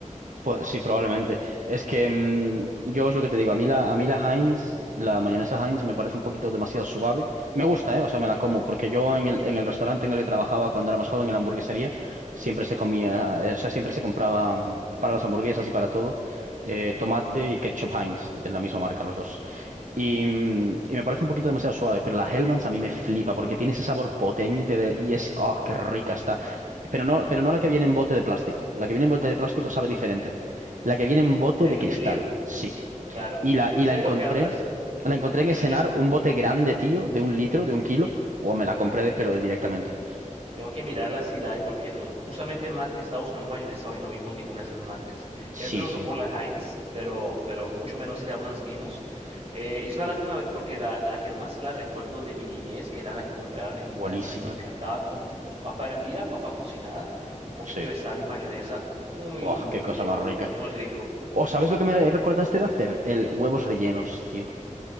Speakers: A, on the right (about 75°); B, on the right (about 50°).
A: Pues sí, probablemente. Es que mm, yo es lo que te digo, a mí la, a mí la Heinz, la mayonesa Heinz me parece un poquito demasiado suave. Me gusta, ¿eh? O sea, me la como, porque yo en el, en el restaurante en el que trabajaba cuando era más joven, en la hamburguesería, siempre se comía, eh, o sea, siempre se compraba mm, para las hamburguesas y para todo, eh, tomate y ketchup Heinz, de la misma marca, los dos. Y, mm, y me parece un poquito demasiado suave, pero la Hellmann's a mí me flipa porque tiene ese sabor potente de- y es, oh, qué rica está. Pero no, pero no la que viene en bote de plástico. La que viene en bote de plástico sabe diferente. La que viene en bote
B: De
A: de
B: vidrio,
A: cristal, sí.
B: claro.
A: Y la, y
B: Sé
A: la encontré,
B: de lo que hablas.
A: la encontré
B: Eso
A: en el cenar
B: es.
A: un bote grande, tío, de un litro, de un kilo, o me
B: Ah,
A: la compré, de- pero de directamente.
B: Tengo que mirarla si la hay porque no, justamente Matt está buscando mayonesa hoy y no vimos ninguna de esas marcas. Él
A: Sí,
B: preguntó
A: sí,
B: por la Heinz, pero, pero mucho menos Hellmann's vimos. Eh, es una lástima ve- porque la, la Hellmann's sí la recuerdo de mi niñez, que era la que compraban en mi
A: buenísima,
B: casa y me encantaba con, con papa hervida, papa cocinada, un poquito
A: sí.
B: de sal y mayonesa. Muy
A: Oh, qué cosa
B: viejo,
A: más rica.
B: muy rico.
A: Oh, ¿sabes lo que me
B: Me encanta.
A: recordaste de hacer? El huevos rellenos, tío.